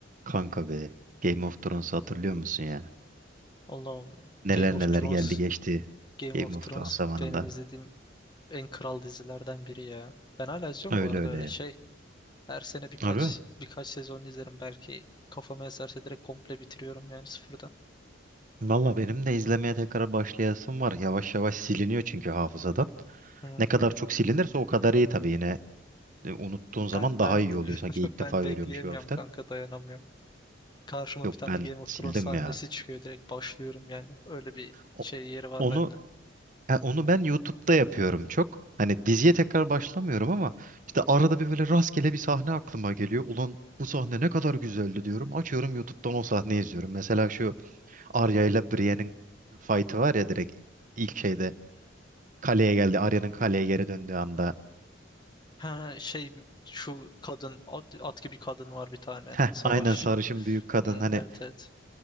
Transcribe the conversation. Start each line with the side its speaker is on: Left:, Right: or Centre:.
Right: Kanka be Game of Thrones'u hatırlıyor musun ya?
Left: Allah'ım
Right: Neler
Left: Game of
Right: neler
Left: Thrones,
Right: geldi geçti
Left: Game
Right: Game
Left: of
Right: of
Left: Thrones
Right: Thrones zamanında.
Left: benim izlediğim en kral dizilerden biri ya. Ben hala izliyorum
Right: Öyle
Left: bu arada
Right: öyle
Left: öyle
Right: ya.
Left: şey. Her sene birkaç
Right: Harbi.
Left: birkaç sezon izlerim belki. Kafama eserse direkt komple bitiriyorum yani sıfırdan.
Right: Valla benim de izlemeye tekrar başlayasım var. Yavaş yavaş siliniyor çünkü hafızadan.
Left: Hı.
Right: Ne kadar çok silinirse o kadar iyi tabii yine. e, Unuttuğun zaman
Left: Ben
Right: daha
Left: ben
Right: iyi
Left: <laughs>
Right: oluyor sanki ilk
Left: ben
Right: defa
Left: bekleyemiyorum
Right: görüyormuş gibi hafiften.
Left: kanka dayanamıyorum. Karşıma
Right: Yok
Left: bir tane
Right: ben
Left: Game of
Right: sildim
Left: Thrones sahnesi
Right: ya.
Left: çıkıyor direkt başlıyorum yani. Öyle bir
Right: O-
Left: şey yeri var
Right: Onu
Left: bende.
Right: Ha, onu ben YouTube'da yapıyorum çok. Hani diziye tekrar başlamıyorum ama işte arada bir böyle rastgele bir sahne aklıma geliyor. Ulan bu sahne ne kadar güzeldi diyorum. Açıyorum YouTube'dan o sahneyi izliyorum. Mesela şu Arya ile Brienne'in fight'ı var ya direkt ilk şeyde kaleye geldi. Arya'nın kaleye geri döndüğü anda.
Left: Ha şey şu kadın at, at gibi kadın var bir tane
Right: Heh,
Left: savaşçı.
Right: aynen sarışın büyük kadın
Left: Hı,
Right: hani
Left: evet evet.